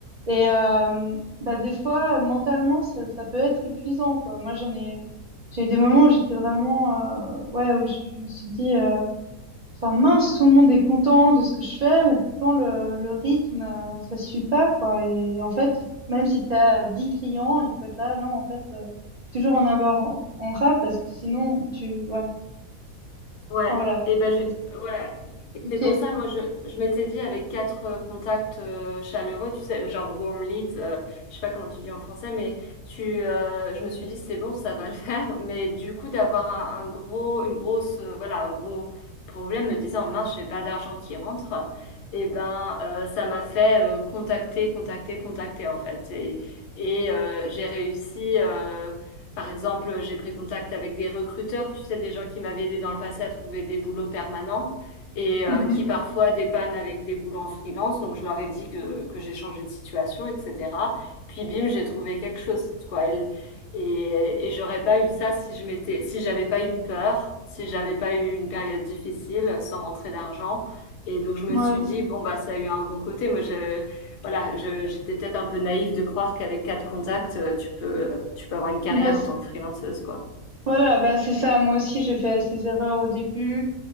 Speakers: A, on the right (about 70°); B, on the left (about 80°).
A: Et euh, bah, des fois, mentalement, ça, ça peut être épuisant, quoi. Moi, j'en ai, j'ai eu des moments où j'étais vraiment, euh, ouais, où je, je me suis dit, euh, Enfin, mince, tout le monde est content de ce que je fais, mais pourtant le, le rythme, euh, ça suit pas, quoi. Et en fait, il f- même si tu as 10 clients, il faut être là. Non, en fait, euh, faut toujours en avoir en, en rab parce que sinon, tu, ouais.
B: Ouais,
A: Enfin, voilà,
B: et
A: c'est
B: ben je-
A: c'est-
B: ouais.
A: c'est compliqué.
B: Et c'est pour ça, moi, je, je m'étais dit avec quatre euh, contacts euh, chaleureux, tu sais, genre warm leads, euh, je sais pas comment tu dis en français, mais tu, euh, je me suis dit c'est bon, ça va le <laughs> faire. Mais du coup, d'avoir un, un gros, une grosse, euh, voilà, un gros problème, me disant mince, j'ai pas d'argent qui rentre. Et ben, euh, ça m'a fait euh, contacter, contacter, contacter en fait. Et, et euh, j'ai réussi. euh, par exemple, euh, j'ai pris contact avec des recruteurs, tu sais, des gens qui m'avaient aidé dans le passé à trouver des boulots permanents et
A: Mhm.
B: euh, qui parfois dépannent avec les boulots en freelance. Donc, je leur ai dit que, que j'ai changé de situation, etc. Puis, bim, j'ai trouvé quelque chose, quoi. Et, et, et j'aurais pas eu ça si je m'étais, si j'avais pas eu peur, si j'avais pas eu une période difficile sans rentrer d'argent. Et donc, je me
A: Ouais.
B: suis dit, bon, bah, ça a eu un bon côté. Moi, je- voilà, je- j'étais peut-être un peu naïve de croire qu'avec quatre contacts, euh, tu peux, tu peux avoir une carrière
A: Bah, c-
B: en tant que freelanceuse, quoi.
A: voilà, bah, c'est ça. Moi aussi, j'ai fait ces erreurs au début,